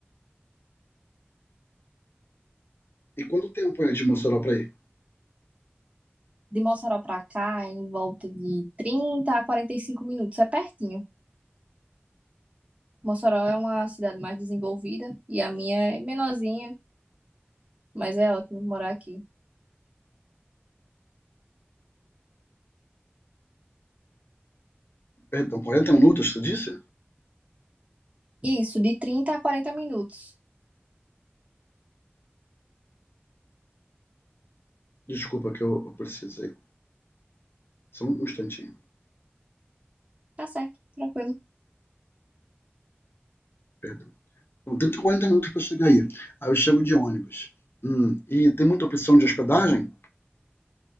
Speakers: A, on the left (about 60°); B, on the right (about 30°).
A: E quanto tempo é de Mossoró para ir?
B: De Mossoró para cá, é em volta de 30 a 45 minutos, é pertinho. Mossoró é uma cidade mais desenvolvida e a minha é menorzinha, mas é ótimo morar aqui.
A: Perdão, 40 minutos, tu disse?
B: Isso, de 30 a 40 minutos.
A: Desculpa que eu, eu precisei. Só um instantinho,
B: Tá certo, tranquilo.
A: perdão. Então, 30, 40 minutos para chegar aí. Aí eu chego de ônibus. Hum, e tem muita opção de hospedagem?